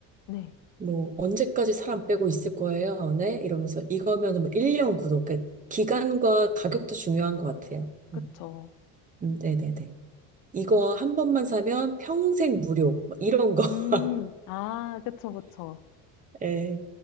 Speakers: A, on the left; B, on the right.
A: 네,
B: 뭐 언제까지 사람 빼고 있을 거예요? 네? 이러면서 이거면은 뭐 1년 구독 그러니까 기간과 가격도 중요한 것 같아요.
A: 그쵸.
B: 음, 음, 네네네. 이거
A: 아,
B: 한 번만 사면 평생 무료 뭐 이런 거. <laughs>
A: 음, 아, 그쵸, 그쵸.
B: 예,